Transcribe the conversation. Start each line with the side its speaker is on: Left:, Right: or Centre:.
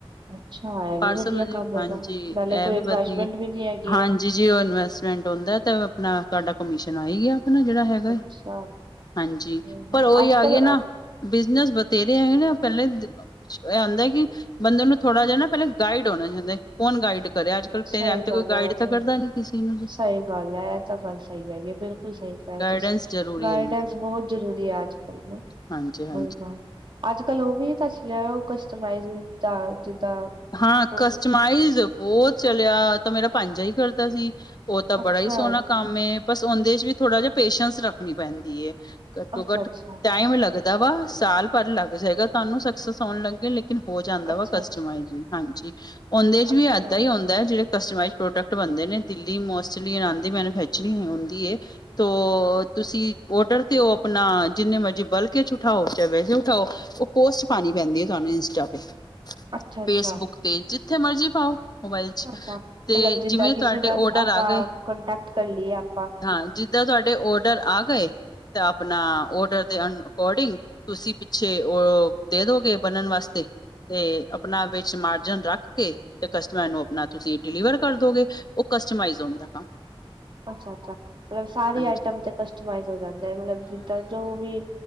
Right: ਅੱਛਾ ਇਹ
Left: ਪਰਸਲ
Right: ਵੀ ਵਧੀਆ
Left: ਹੋ ਜੇ,
Right: ਕੰਮ ਹੈਗਾ
Left: ਹਾਂਜੀ,
Right: ਨਾਲੇ
Left: ਇਹ
Right: ਕੋਈ
Left: ਵੀ
Right: ਇਨਵੈਸਟਮੈਂਟ
Left: ਵਧੀ
Right: ਵੀ ਨੀ ਹੈਗੀ
Left: ਹਾਂਜੀ।
Right: ਹੈ।
Left: ਜੀ, ਜੇ ਉਹ ਇਨਵੈਸਟਮੈਂਟ ਆਉਂਦਾ, ਤਾਂ ਆਪਣਾ ਤੁਹਾਡਾ ਕਮਿਸ਼ਨ ਆਈ ਗਿਆ ਆਪਣਾ ਜਿਹੜਾ ਹੈਗਾ,
Right: ਅੱਛਾ
Left: ਹਾਂਜੀ,
Right: ਹਮ,
Left: ਪਰ ਉਹੀ
Right: ਅੱਜ
Left: ਆ
Right: ਕੱਲ
Left: ਗਏ ਨਾ। ਬਿਜਨਸ ਵਥੇਰੇ ਹੈਗੇ ਨੇ ਪਹਿਲੇ ਇਹ ਆਉਂਦਾ ਕਿ ਬੰਦੇ ਨੂੰ ਥੋੜਾ ਜਿਹਾ ਨਾ ਪਹਿਲੇ ਗਾਈਡ ਹੋਣਾ ਚਾਹੁੰਦਾ ਹੈ, ਕੌਣ ਗਾਈਡ? ਕਰੇ ਅੱਜ ਕੱਲ੍ਹ
Right: ਸਹੀ
Left: ਟਾਈਮ ਤੇ
Right: ਗੱਲ
Left: ਕੋਈ ਗਾਈਡ
Right: ਐ ਵੈਸੇ,
Left: ਤਾਂ ਕਰਦਾ ਨੀ ਕਿਸੇ ਨੂੰ ਜੀ
Right: ਸਹੀ ਗੱਲ ਐ, ਇਹ ਤਾਂ ਗੱਲ ਸਹੀ ਹੈਗੀ ਏ ਬਿਲ ਬਿਲਕੁਲ ਸਹੀ ਕਿਹਾ
Left: ਗਾਈਡੈਂਸ
Right: ਤੁਸੀਂ,
Left: ਜ਼ਰੂਰੀ
Right: ਗਾਈਡੈਂਸ ਬਹੁਤ ਜ਼ਰੂਰੀ ਹੈ ਅੱਜ ਕੱਲ ਨਾ।
Left: ਹਾਂਜੀ-ਹਾਂਜੀ।
Right: ਕੋਈ ਗੱਲ ਅੱਜ ਕੱਲ ਉਹ ਵੀ ਤਾਂ ਚਲਿਆਂ, ਉਹ ਕਸਟਮਾਈਜ਼ ਦਾ ਜਿੱਦਾਂ
Left: ਹਾਂ
Right: ਉਹ
Left: ਕਸਟਮਾਈਜ਼ ਬਹੁਤ ਚਲਿਆ, ਆਤਾਂ ਮੇਰਾ ਪੰਜਾ ਹੀ ਕਰਦਾ ਸੀ। ਉਹ ਤਾਂ
Right: ਅੱਛਾ
Left: ਬੜਾ ਈ ਸੋਹਣਾ ਕੰਮ ਏ, ਬਸ ਉਨਦੇ ਚ ਵੀ ਥੋੜਾ ਜਿਹਾ ਪੇਸ਼ੈਂਸ ਰੱਖਣੀ ਪੈਂਦੀ ਏ। ਘੱਟੋ
Right: ਅੱਛਾ
Left: ਘੱਟ
Right: ਅੱਛਾ ਅੱਛਾ
Left: ਟਾਈਮ ਲੱਗਦਾ ਵਾ, ਸਾਲ ਪਰ ਲੱਗ ਜਾਏਗਾ ਤੁਹਾਨੂੰ ਸਕਸਸ ਹੋਉਣ ਲੱਗੇ ਲੈ ਲੇਕਿਨ ਹੋ ਜਾਂਦਾ
Right: ਅੱਛਾ
Left: ਵਾ ਕਸਟਮ ਵੀ ਹਾਂਜੀ, ਦੇ ਉਨਦੇ ਚ
Right: ਅੱਛਾ
Left: ਵੀ ਏਦਾਂ ਈ ਏਹ ਜਿਹੜੇ ਕਸਟਮਾਈਜ ਪ੍ਰੋਡਕਟ ਬਣਦੇ ਨੇ ਦਿੱਲ਼ੀ, ਮੋਸਟਲੀ ਇਹਨਾਂ ਦੀ ਮੈਨੂਫੈਕਚਰਿੰਗ ਹੁੰਦੀ ਹੈ। ਓਹ ਤੁਸੀਂ ਔਡਰ ਦੇਓ ਆਪਣਾ, ਜਿੰਨੇ ਮਰਜ਼ੀ ਬਲਕੇ ਚ ਉਠਾਓ, ਚਾਹੇ ਵੈਸੇ ਉਠਾਓ। ਉਹ ਪੋਸਟ ਪਾਣੀ ਪੈਂਦੀ ਏ ਤੁਹਾਨੂੰ ਇੰਸਟਾ ਤੇ
Right: ਅੱਛਾ ਅੱਛਾ
Left: ਫੇਸਬੁੱਕ ਤੇ, ਜਿੱਥੇ ਮਰਜ਼ੀ ਪਾਓ। ਮੋਬਾਈਲ ਚ,
Right: ਅੱਛਾ ਮਤਲਬ
Left: ਤੇ
Right: ਜਿੱਦਾਂ
Left: ਜਿਵੇਂ
Right: ਕਿਸੇ
Left: ਤੁਹਾਡੇ
Right: ਨਾਲ
Left: ਔਡਰ
Right: ਆਪਾਂ
Left: ਆ ਗਏ।
Right: ਕੰਟੈਕਟ ਕਰ ਲਈਏ ਆਪਾਂ
Left: ਹਾਂ, ਜਿੱਦਾਂ ਤੁਹਾਡੇ ਓਡਰ ਆ ਗਏ ਤੇ ਆਪਣਾ ਓਡਰ ਦੇ ਅ ਅਕੋਰਡਿੰਗ ਤੁਸੀਂ ਪਿੱਛੇ ਉਹ ਦੇ ਦੋਗੇ ਬਣਨ ਵਾਸਤੇ ਤੇ ਆਪਣਾ ਵਿੱਚ ਮਾਰਜਨ ਰੱਖ ਕੇ, ਤੇ ਕਸਟਮਰ ਨੂੰ ਆਪਣਾ ਤੁਸੀਂ ਡਿਲੀਵਰ ਕਰ ਦੋਗੇ। ਉਹ ਕਸਟਮਾਈਜ਼ ਹੋਂਦਾ ਕੰਮ।
Right: ਅੱਛਾ-ਅੱਛਾ, ਔਰ ਸਾਰੀ
Left: ਹਾਂਜੀ
Right: ਆਈਟਮ ਤੇ ਕਸਟਮਾਈ ਹੋ ਜਾਂਦਾ ਏ, ਮਤਲਬ ਜਿੱਦਾਂ ਜੋ ਵੀ